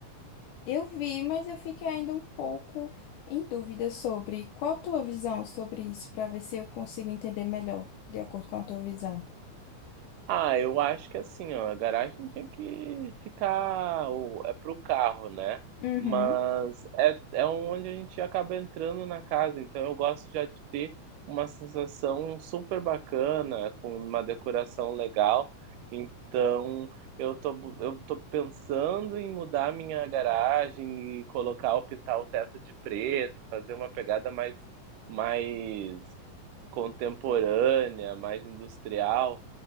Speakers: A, on the left; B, on the right.
A: Eu vi, mas eu fiquei ainda um pouco em dúvida sobre qual a tua visão sobre isso, para ver se eu consigo entender melhor, de acordo com a tua visão.
B: Ah, eu acho que assim, ó, a garagem tinha que ficar, o- é pro carro, né?
A: Uhum.
B: Mas é, é onde a gente acaba entrando na casa, então eu gosto já de ter uma sensação super bacana, com uma decoração legal. Então, eu tô, bu- eu tô pensando em mudar minha garagem e colocar, pintar o teto de preto, fazer uma pegada mais, mais contemporânea, mais industrial.